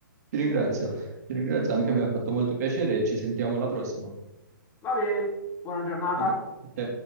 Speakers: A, on the right; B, on the left.
A: ti ringrazio, ti ringrazio, anche a me ha fatto molto piacere e ci sentiamo alla prossima.
B: Va bene, buona giornata.
A: a a te.